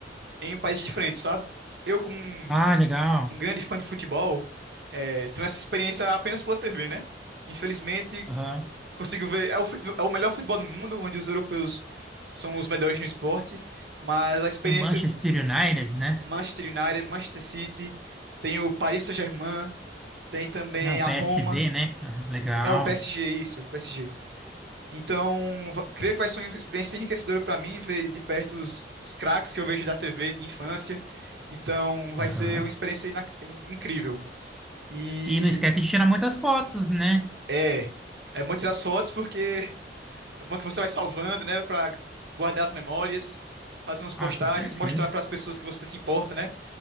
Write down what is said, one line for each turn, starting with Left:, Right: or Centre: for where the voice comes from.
Right: em países diferentes, sabe? Eu, como um,
Centre: Ah, legal.
Right: um grande fã de futebol, eh, tenho essa experiência apenas pela TV, né? Infelizmente,
Centre: Aham.
Right: consigo ver. É o, futebol- é o melhor futebol do mundo, onde os europeus são os melhores no esporte, mas a experiência
Centre: Tem o Manchester United, né?
Right: Manchester United, Manchester City, tem o Paris Saint-Germain, tem também
Centre: Ah, o
Right: a
Centre: PSD,
Right: Roma.
Centre: né? Ah, legal.
Right: É o PSG, isso, PSG. Então, va- creio que vai ser uma experiência enriquecedora para mim ver de perto os, os craques que eu vejo da TV de infância. Então, vai
Centre: Aham.
Right: ser uma experiência ina- in- incrível. E
Centre: E não esquece de tirar muitas fotos, né?
Right: é, é bom tirar as fotos porque é bom que você vai salvando, né, para guardar as memórias, fazer umas postagens,
Centre: Ah, com certeza.
Right: mostrar para as pessoas que você se importa, né,